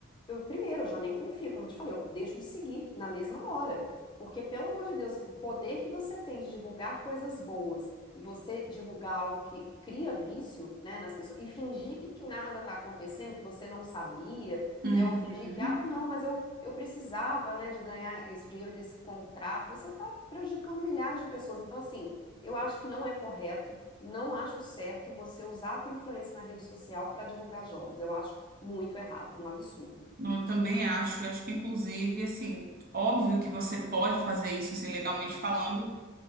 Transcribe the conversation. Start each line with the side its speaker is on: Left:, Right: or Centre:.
Left: eu, primeiro, eu já nem confio, como eu te falei, eu deixo de seguir na mesma hora. Porque, pelo amor de Deus, o poder que você tem de divulgar coisas boas e você divulgar algo que cria vício, né, nas pessoas e fingir que nada está acontecendo, que você não sabia,
Right: uhum.
Left: né, ou fingir que, ah, não, mas eu, eu precisava, né, de ganhar esse dinheiro desse contrato, você está prejudicando milhares de pessoas. Então, assim, eu acho que não é correto não acho certo você usar a tua influência na rede social para divulgar jogos. Eu acho muito errado, um absurdo
Right: Não, Eu também acho, eu acho que inclusive, assim, óbvio que você pode fazer isso, assim, legalmente falando,